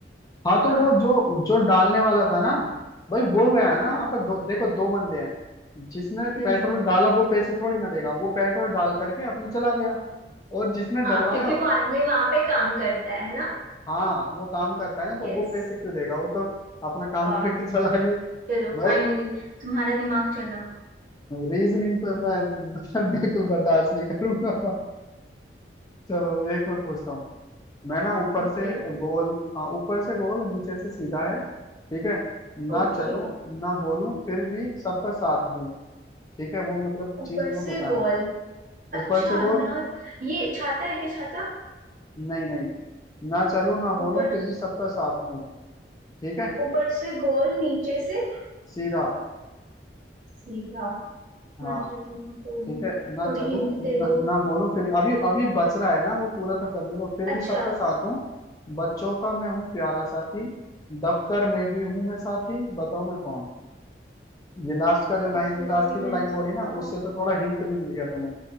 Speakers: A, on the left; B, on the right.
A: हाँ तो
B: हाँ
A: वो जो जो डालने वाला था ना भाई वो गया
B: हाँ
A: है ना
B: हाँ
A: वहां पर दो, देखो दो बंदे हैं जिसने
B: हम्म
A: पेट्रोल डाला वो पैसे थोड़ी ना देगा वो पेट्रोल डाल करके अपने चला गया और जिसने डलवाया
B: हाँ क्योंकि वो आदमी वहां पे काम करता है ना
A: हाँ वो काम करता है ना तो
B: यस
A: वो पैसे क्यों देगा वो तो अपना काम
B: वाह
A: करके चला गया
B: चलो
A: भाई
B: फाइनली तुम्हारा दिमाग चला
A: रीजनिंग तो मैं <laughs> मैं बिल्कुल बर्दाश्त नहीं करूंगा चलो एक मैं पूछता हूँ मैं ना ऊपर
B: ओके
A: से गोल हाँ ऊपर से गोल नीचे से सीधा है ठीक है ना
B: ओके
A: चलूं ना बोलूं फिर भी सबका साथ दूं ठीक है वो मतलब
B: ऊपर
A: चीज तुम्हें
B: से
A: बतानी
B: गोल
A: है।
B: अच्छा
A: ऊपर से गोल
B: ना ये छाता है क्या छाता
A: नहीं नहीं ना चलूं ना बोलूं
B: ऊपर
A: फिर भी सबका साथ दूं ठीक है
B: ऊपर से गोल नीचे से
A: सीधा
B: सीधा
A: हाँ
B: ना चलो मैं बोलूं
A: ठीक
B: थोड़ी
A: है ना चलूं
B: हिंट दे
A: ना,
B: दो
A: ना बोलूं फिर अभी अभी बच रहा है ना वो पूरा तो करने दो फिर
B: अच्छा
A: भी सबका साथ दूं बच्चों का मैं हूँ प्यारा साथी दफ्तर में भी हूँ मैं साथी बताओ मैं कौन ये लास्ट का जो लाइन
B: अब फिर
A: लास्ट
B: भी
A: की जो
B: मैं
A: लाइन
B: सबका
A: बोली ना उससे तो थोड़ा हिंट भी मिल गया तुम्हें